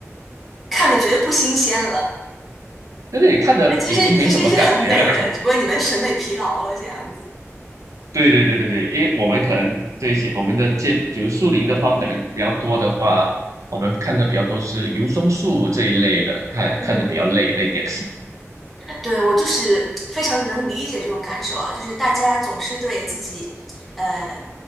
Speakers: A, in the centre; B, on the right.
A: 看的觉得不新鲜了，
B: <laughs> 就是也看的已经没什么感觉了。
A: 那其实其实是很美的，只不过你们审美疲劳了这样子。
B: 对对对对对，因为我们可能这一些我们的建，比如树林的话，可能比较多的话，我们看的比较多是油松树这一类的，看看的比较累了一点
A: 嗯对，我就是非常能理解这种感受啊，就是大家总是对自己，呃